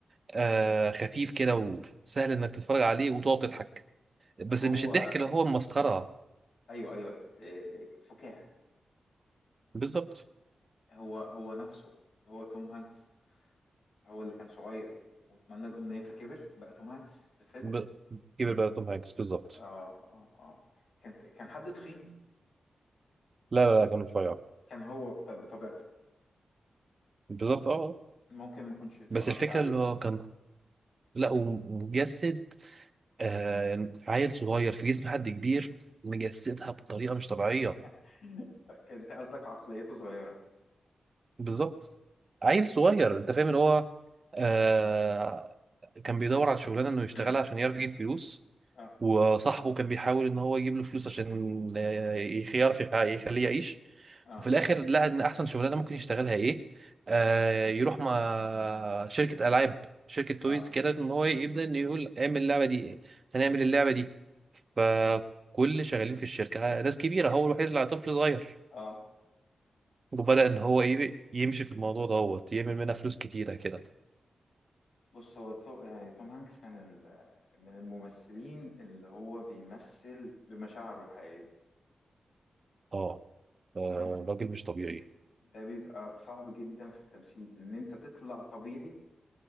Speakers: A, on the right; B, on the left.
A: آه خفيف كده وسهل انك تتفرج عليه وتقعد تضحك بس
B: هو
A: مش الضحك اللي هو المسخرة
B: ايوه ايوه إيه، فكاهه
A: بالظبط
B: هو هو نفسه هو توم هانكس هو اللي كان صغير واتمنى الامنيه فكبر بقى توم هانكس في الفيلم
A: ب... كبر بقى توم هانكس بالظبط
B: اه اه اه كان كان حد تخين
A: لا لا لا كان رفيع
B: كان هو بط- بطبيعته
A: بالظبط اه آه.
B: ممكن ما كنتش اتفرجت
A: بس الفكرة
B: عليه
A: اللي هو كان لا ومجسد آه عيل صغير في جسم حد كبير مجسدها بطريقة مش طبيعية
B: <laughs> كنت قصدك عقليته صغيره
A: بالظبط عيل صغير انت فاهم ان هو آه كان بيدور على شغلانه انه يشتغلها
B: <coughs>
A: عشان يعرف يجيب فلوس
B: اه
A: وصاحبه كان بيحاول ان هو يجيب له فلوس عشان آه، يخ- يعرف يخ- يخليه يعيش
B: اه
A: وفي الاخر لقى ان احسن شغلانه ممكن يشتغلها ايه آه يروح مع شركه العاب شركه تويز
B: اه
A: كده ان هو يبدا انه يقول اعمل اللعبه دي هنعمل اللعبه دي فكل شغالين في الشركه ناس كبيره هو الوحيد اللي طفل صغير
B: اه
A: وبدأ إن هو إيه يمشي في الموضوع دوت يعمل منها فلوس كتيرة كده
B: بص هو تو- يعني توم هانكس من ال- من الممثلين اللي هو بيمثل بمشاعره الحقيقيه
A: أه آه،
B: تمام
A: راجل مش طبيعي
B: ده بيبقى صعب جدا في التمثيل ان انت تطلع طبيعي